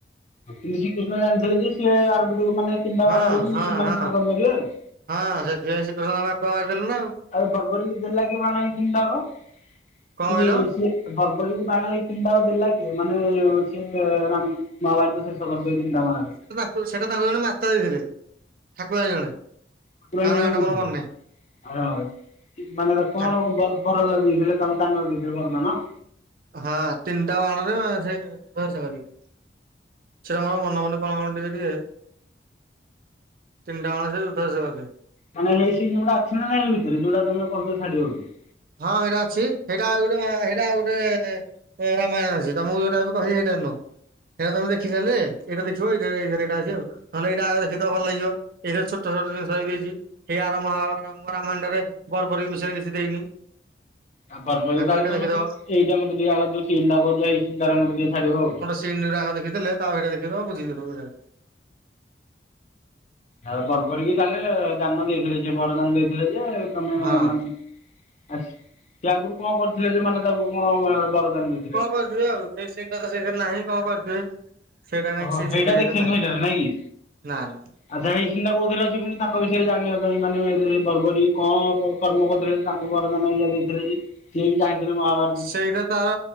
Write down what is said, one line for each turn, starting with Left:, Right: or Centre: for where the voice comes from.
Left: ଶ୍ରୀକୃଷ୍ଣ ଜାଣିଥିଲେ ଯେ ସିଏ ଆରୁ ମାନେ ତିନତା
Right: ହଁ
Left: ମାରେ ବି
Right: ହଁ
Left: ମାନେଠନ
Right: ହଁ
Left: କରିବେ ଆଉ।
Right: ହଁ ସେଥିପାଇଁ ଶ୍ରୀକୃଷ୍ଣଙ୍କ ତାଙ୍କୁ ଆଗୁଆ ମାରିଦେଲେ ନା ଆଉ।
Left: ଆଉ ବର୍ବରି ଦେଲା କି <unintelligible>
Right: କଣ
Left: କି
Right: କହିଲ?
Left: ସିଏ ବର୍ବରୀ କି ବାଣ ଏଇ ତିନିଟାଙ୍କ ଦେଲା କି ମାନେ ସିଏ ରା ମହାଭାରତ ଶେଷ କରିଦିଅ ଏଇ ତିନିଟା ବାଣ ରେ।
Right: କୋ ସେଟା ତାଙ୍କୁ ଜଣେ ମାତା ଦେଇଥିଲେ ଠାକୁରାଣି ଜଣେ।
Left: ଠକୁରାଣି
Right: ତାଙ୍କ
Left: ଜଣେ
Right: ନାଁ ଟା
Left: ଦେଇଥିଲେ,
Right: ମୋର ମନେ ନାହିଁ
Left: ହଁ। ମାନେ ଏ କଣ
Right: ଠା
Left: ବ ବରଦ ଦେଇଥିଲେ ତାଙ୍କୁ କାନରେ ଦେଇଥିଲେ ବରଦାନ?
Right: ହଁ ତିନିଟା ବାଣରେ ସେ ଧ୍ବଂସ କରିବେ। ସେଟା ମୋର ମନପଣୁନି କଣ କଣ ଟିକେ ଟିକେ? ତିନିଟା ବାଣରେ ସେ ଯୁଦ୍ଧ ଶେଷ କରିଦେବେ।
Left: ମାନେ ହେଇ ସି ଗୁଡ ଅଛି ନାଇ ଭିତରେ ଯୋଉଟା ତମେ କରୁଛ ଛାଡିବ ବୋଲି?
Right: ହଁ ସେଇଟା ଅଛି ସେଇଟା ଗୋଟେ ହେଟା ଗୋଟେ ଏ ରାମାୟଣ ଅସି ତମକୁ ଯୋଉଟା କହି ସେଇଟାନୁଅ ସେଇଟା ତମେ ଦେଖି ସାରିଲେ ଏଇଟା ଦେଖିବ ଏଇଟା ଏଇ ଏଇଟା ଅଛି ଆଉ, ନହେଲେ ଏଇଟା ଆଗରେ ଦେଖିତ ଭଲ ଲାଗିବ ଏଇଥିରେ ଛୋଟ ଛୋଟ ଜିନିଷ ବି ଦେଇଛି। ସେଇଆର ମହାମ ରାମଣ୍ଡରେ ବରବର ବିଷୟରେ କିଛି ଦେଇନି।
Left: ଆଉର୍ବ
Right: ଆଗ
Left: ତାହଲେ
Right: ଏଇଟା ଦେଖିଦବ
Left: ମୋତେ ଏଇଟ ମତେ ଟେ ଆ ଯୋ ସିନ୍ କହୁଛ ଏଇ ସିନ ମତେ ଟେ ଛାଡିବ ଆଉ।
Right: ତିନି ରାଗ ଦେଖିଦେଲେ ତାପରେ ହେଟା ଦେଖି ଦବ ବୁଝିଯିବ ସବୁ ଏକରେ।
Left: ହେ ବର୍ବରୀ କି ତାହେଲେ ଦାନ ଦେଇଥିଲେ ସେ ବରଦାନ ଦେଇଥିଲେ ଯେ ତମେ
Right: ହଁ।
Left: ମାନେ ଆ ସେ ଆଗରୁ କଣ କରିଥିଲେ ଯେ ମାନେ ତାକୁ କଣ ବରଦାନ ଦେ
Right: କଣ କରଥିବେ ଆଉ ସେଇ ସିନ୍ ତ ସେଇଥିରେ ନାହିଁ କଣ କରିଥିବେ? ସେଇଟା କାଇହିଁ
Left: ଓହୋ
Right: ସେ
Left: ସେଇଟା
Right: ସିନ ଟା
Left: ଦେଖେନି
Right: ହେଥିରେ ନାଇ,
Left: ସେଇଟାରେ ନାଇଁ କି
Right: ନାଁ ନାଁ।
Left: ଆଚ୍ଛା ଏଇ ସିନ ଟା କୋଉଥିରେ ଅଛି ପୁଣି ତାଙ୍କ ବିଷୟରେ ଜାଣିବା ପାଇଁ ମାନେ ବର୍ବରୀ କଣ କ କର୍ମ କରୁଥିଲେ ଯେ ତାଙ୍କୁ ବରଦାନ ଇଆ ଦେଇଥିଲେ ଯେ। ସିଏ ହିଁ ଚାହିଁଥିଲେ ମହାଭା
Right: ସେଇଟା ତାର